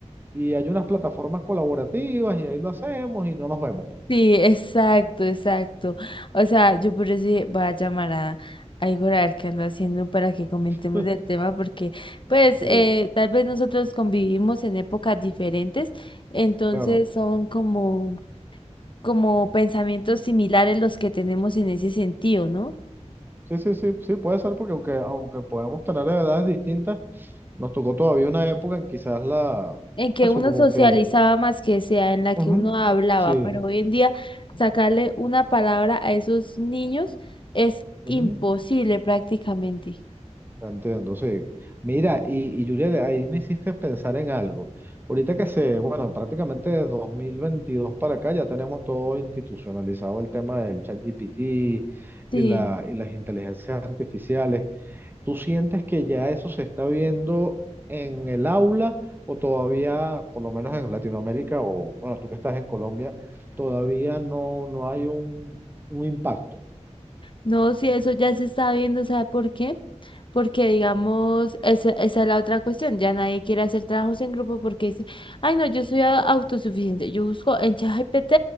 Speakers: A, on the right; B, on the left.
A: y hay unas plataformas colaborativas y ahí lo hacemos y no nos vemos.
B: Sí, exacto, exacto. O sea, yo por eso dije, voy a llamar a, a Igor a ver qué anda haciendo para que comentemos
A: <laughs>
B: el tema, porque pues eh,
A: Sí,
B: tal vez nosotros convivimos en épocas diferentes, entonces
A: claro.
B: son como, como pensamientos similares los que tenemos en ese sentido, ¿no?
A: Sí, sí, sí, sí, puede ser porque aunque, aunque podemos tener edades distintas, nos tocó todavía una época en quizás la,
B: En que
A: eso
B: uno
A: como
B: socializaba
A: que,
B: más que sea, en la
A: ujú,
B: que uno hablaba,
A: sí,
B: pero hoy en día sacarle una palabra a esos niños es
A: ujú,
B: imposible prácticamente.
A: Entiendo, sí. Mira, y, y Julia, de ahí me hiciste pensar en algo. Ahorita que se, bueno, prácticamente desde 2022 para acá ya tenemos todo institucionalizado el tema del ChatGPT y,
B: Sí.
A: la, y las inteligencias artificiales. ¿Tú sientes que ya eso se está viendo en el aula o todavía, por lo menos en Latinoamérica o, bueno, tú que estás en Colombia, todavía no, no hay un, un impacto?
B: No, sí, eso ya se está viendo, ¿sabe por qué? Porque, digamos, esa, esa es la otra cuestión, ya nadie quiere hacer trabajos en grupo porque dice, ay, no, yo soy a- autosuficiente, yo busco en ChatGPT